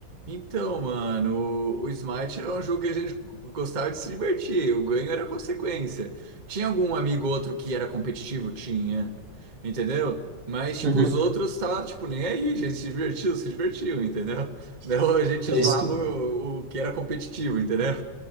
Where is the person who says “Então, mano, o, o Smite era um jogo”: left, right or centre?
Right